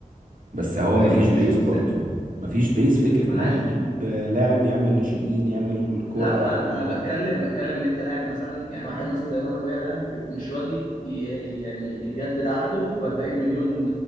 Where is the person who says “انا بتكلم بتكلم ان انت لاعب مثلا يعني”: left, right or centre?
Left